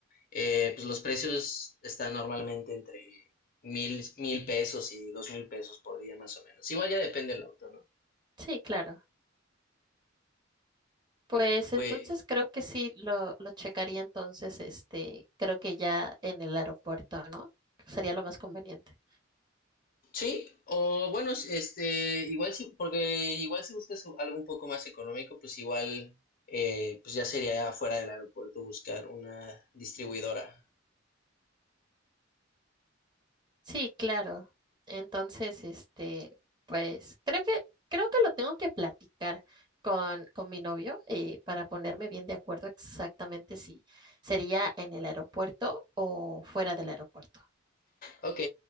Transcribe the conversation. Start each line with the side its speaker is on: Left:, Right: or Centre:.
Left: Eh, pues los precios están normalmente entre mil, mil pesos y dos mil pesos por día más o menos. Igual ya depende del auto, ¿no?
Right: Sí, claro. Pues
Left: Pues
Right: entonces creo que sí lo, lo checaría entonces, este, creo que ya en el aeropuerto, ¿no? Sería lo más conveniente.
Left: Sí, o bueno, este, igual sí, porque igual si buscas algo un poco más económico, pues igual, eh, pues ya sería fuera del aeropuerto buscar una distribuidora.
Right: Sí, claro. Entonces, este, pues creo que, creo que lo tengo que platicar con, con mi novio eh, para ponerme bien de acuerdo exactamente si sería en el aeropuerto o fuera del aeropuerto.
Left: Ok,